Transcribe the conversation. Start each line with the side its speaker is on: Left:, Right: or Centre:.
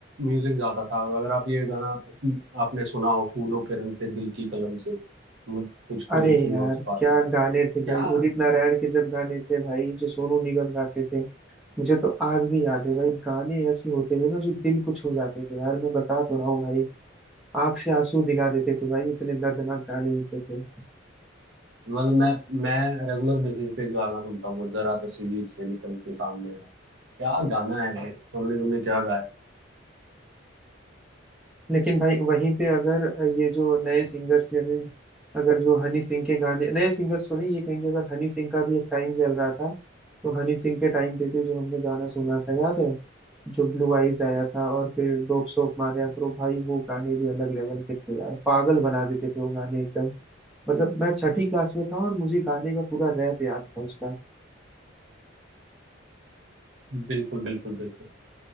Right: म्यूजिक ज्यादा था अगर आप ये गाना इस- आपने सुना हो फूलों के रंग से दिल की कलम से मुझ- तुझको
Centre: अरे
Right: लिखी
Centre: यार
Right: रोज पाती
Centre: क्या गाने
Right: क्या
Centre: थे भाई उदित नारायण के जब गाने थे भाई जो सोनू निगम गाते थे मुझे तो आज भी याद है भाई गाने ऐसे होते थे ना जो दिल को छू जाते थे यार मैं बता तो रहा हूँ भाई आंख से आंसू दिला देते थे भाई इतने दर्दनाक गाने होते थे
Right: मतलब मैं मैं रेगुलर बेसिस पे गाना सुनता हूँ वो जरा तस्वीर से निकल के सामने आ क्या गाना है भाई उन्होंने तुमने क्या गाया
Centre: लेकिन भाई वहीं पे अगर ये जो नए सिंगर्स जैसे अगर जो हनी सिंह के गाने नए सिंगर्स तो नहीं ये कहेंगे अगर हनी सिंह का भी एक टाइम चल रहा था तो हनी सिंह के टाइम पे भी जो हमने गाना सुना था याद है जो ब्लू आइज आया था और फिर डोप सोप मारिया करो भाई वो गाने भी अलग लेवल के थे यार पागल बना देते थे वो गाने एकदम मतलब मैं छठी क्लास में था और मुझे गाने का पूरा रैप याद था उसका
Right: बिल्कुल बिल्कुल बिल्कुल